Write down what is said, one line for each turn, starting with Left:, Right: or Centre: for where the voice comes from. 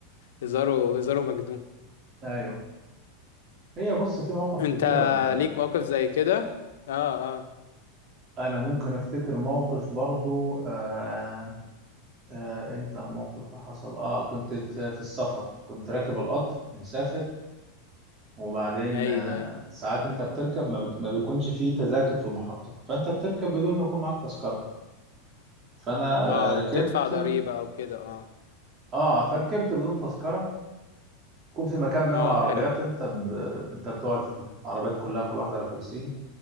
Left: هزاره هزاره مجنون
Right: أيوه هي بص في مواقف
Left: انت
Right: كتيرة ب...
Left: ليك موقف زي كده اه اه
Right: أنا ممكن أفتكر موقف برضو آه... آه... إمتى الموقف ده حصل؟ آه كنت في... في السفر كنت راكب القطر مسافر وبعدين
Left: ايوه
Right: آه،
Left: ايوه
Right: ساعات انت بتركب ما, بت... ما بيكونش فيه تذاكر في المحطة فانت بتركب بدون ما يكون معاك تذكرة فانا
Left: اه
Right: ركبت
Left: وبتدفع ضريبة او كده اه
Right: اه فركبت بدون تذكرة يكون في مكان بين
Left: اه
Right: العربيات
Left: حلو
Right: انت ب... انت بتقعد فيه العربيات كلها كل واحدة على كرسي